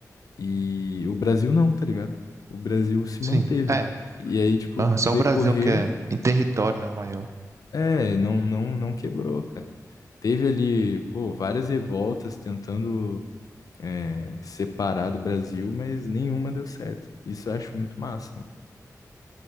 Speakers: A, on the left; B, on the right.
A: E o Brasil não, tá ligado? O Brasil se
B: sim.
A: manteve.
B: É,
A: E aí, tipo,
B: aham,
A: decorrer,
B: só o Brasil que é em território, né, o maior.
A: é, não, não, não quebrou, cara. Teve ali, pô, várias revoltas tentando é, separar do Brasil, mas nenhuma deu certo. Isso eu acho muito massa. mano.